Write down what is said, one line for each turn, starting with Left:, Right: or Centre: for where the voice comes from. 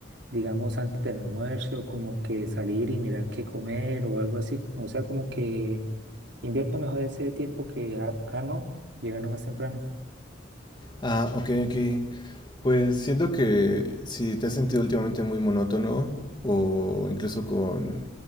Right: digamos antes del almuerzo, como que salir y mirar qué comer o algo así, o sea, como que invierto mejor ese tiempo que a- gano llegando más temprano.
Left: Ah, ok, ok. Pues siento que si te has sentido últimamente muy monótono o incluso con,